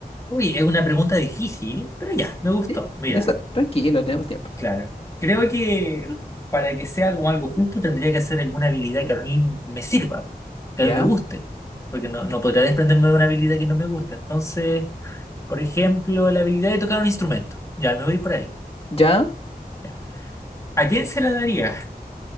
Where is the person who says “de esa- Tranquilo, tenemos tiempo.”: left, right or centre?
Left